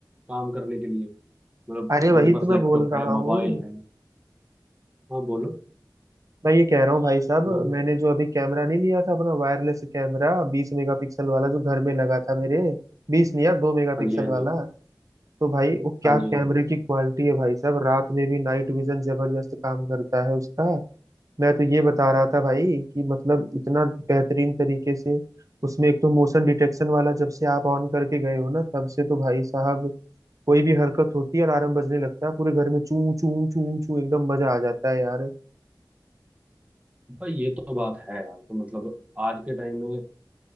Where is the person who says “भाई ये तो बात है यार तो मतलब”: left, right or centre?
Right